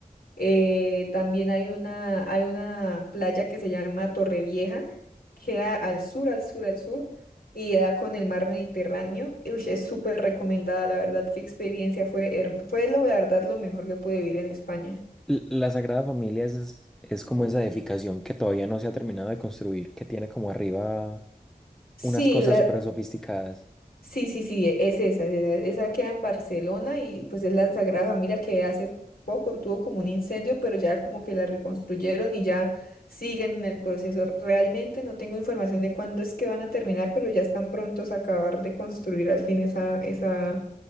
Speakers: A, on the left (about 85°); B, in the centre.
A: Eh, también hay una, hay una playa que se llama Torrevieja, queda al sur, al sur, al sur, y da con el mar Mediterráneo. Y, ush, es súper recomendada, la verdad, qué experiencia fue, herm- fue lo, la verdad lo mejor que pude vivir en España.
B: L- La Sagrada Familia es, es como esa edificación que todavía no se ha terminado de construir, que tiene como arriba
A: Sí,
B: unas cosas
A: la,
B: súper sofisticadas.
A: Sí, sí, sí, e, es esa, es esa, esa queda en Barcelona y pues es la Sagrada Familia que hace poco tuvo como un incendio, pero ya como que la reconstruyeron y ya siguen en el proceso. Realmente no tengo información de cuándo es que van a terminar, pero ya están prontos a acabar de construir al fin esa, esa